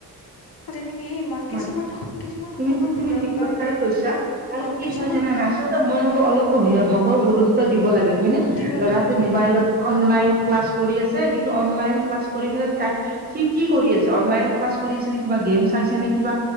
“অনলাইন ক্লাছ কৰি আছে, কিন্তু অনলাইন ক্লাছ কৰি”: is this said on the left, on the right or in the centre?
Right